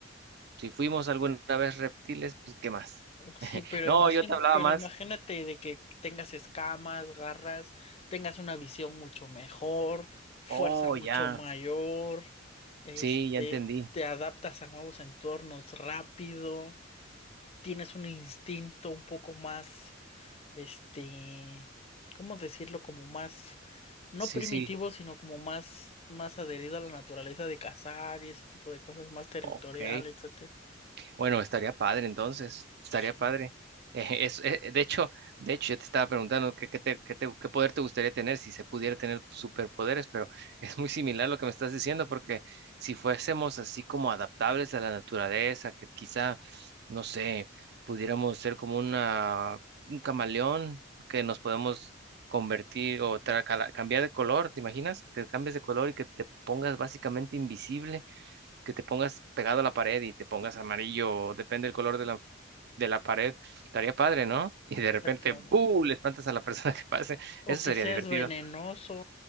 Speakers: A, on the right (about 55°); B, on the left (about 30°).
A: si fuimos alguna vez reptiles, pues ¿qué más?
B: Oh, Sí,
A: <laughs>
B: pero
A: No,
B: imagín-
A: yo te hablaba
B: pero
A: más.
B: imagínate de que tengas escamas, garras, tengas una visión mucho mejor, fuerza
A: Oh,
B: mucho
A: ya.
B: mayor, este,
A: Sí, ya entendí.
B: te adaptas a nuevos entornos rápido, tienes un instinto un poco más, este, ¿cómo decirlo? Como más, no
A: Sí,
B: primitivo,
A: sí.
B: sino como más, más adherido a la naturaleza de cazar y ese tipo de cosas, más territorial,
A: Ok.
B: etcétera.
A: Bueno, estaría padre entonces, estaría
B: Sí,
A: padre. <laughs> Eh, es, eh, de hecho, de hecho, yo te estaba preguntando qué, qué te- qué te- qué poder te gustaría tener si se pudiera tener superpoderes, pero <laughs> es muy similar lo que me estás diciendo, porque si fuésemos así como adaptables a la naturaleza, que quizá, no sé, pudiéramos ser como una, un camaleón, que nos podemos convertir o tra- cala- cambiar de color, ¿te imaginas? Que cambies de color y que te pongas básicamente invisible que te pongas pegado a la pared y te pongas amarillo, o depende del color de la, de la pared, estaría padre, ¿no? <laughs> Y de
B: exactamente.
A: repente, ¡buh! le espantas a la persona que pase. Eso
B: O
A: sería
B: que seas
A: divertido.
B: venenoso.